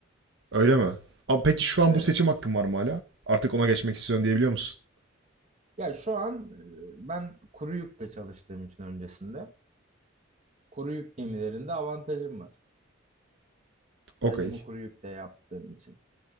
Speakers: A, on the right; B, on the right.
A: Öyle mi? Abi peki şu an
B: Evet.
A: bu seçim hakkım var mı hala? Artık ona geçmek istiyorsun diyebiliyor musun?
B: Ya şu an e, ben kuru yükle çalıştığım için öncesinde. Kuru yük gemilerinde avantajım var. Stajımı
A: Okey.
B: kuru yükle yaptığım için.